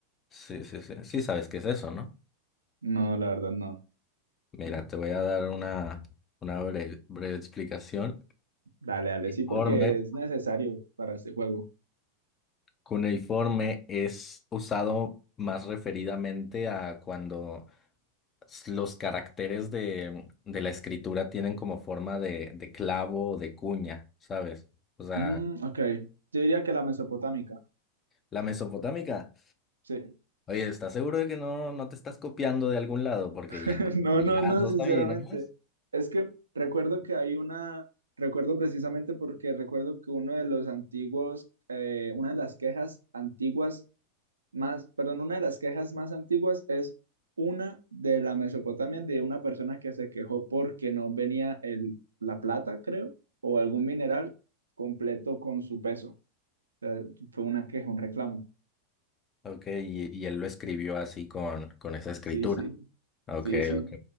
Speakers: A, on the left; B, on the right.
A: Sí, sí, sí. Sí, sabes qué es eso, ¿no?
B: No, la verdad, no.
A: Mira, te voy a dar una, una breve, breve explicación.
B: Dale, dale, sí,
A: Cuneiforme.
B: porque es necesario para este juego.
A: Cuneiforme es usado más referidamente a cuando s- los caracteres de, de la escritura tienen como forma de, de clavo o de cuña, ¿sabes? O sea,
B: Mm, ok, yo diría que la mesopotámica,
A: la mesopotámica.
B: sí.
A: Oye, ¿estás seguro de que no, no te estás copiando de algún lado? Porque
B: <laughs>
A: ya,
B: No,
A: ya
B: no, no,
A: no
B: sinceramente.
A: sabías.
B: Es que recuerdo que hay una, recuerdo precisamente porque recuerdo que uno de los antiguos, eh, una de las quejas antiguas más, perdón, una de las quejas más antiguas es una de la Mesopotamia de una persona que se quejó porque no venía el, la plata, creo, o algún mineral completo con su peso. sea, fue una queja, un reclamo.
A: Ok, y, y él lo escribió así con, con esa escritura.
B: Sí, sí,
A: Ok,
B: sí, sí,
A: ok.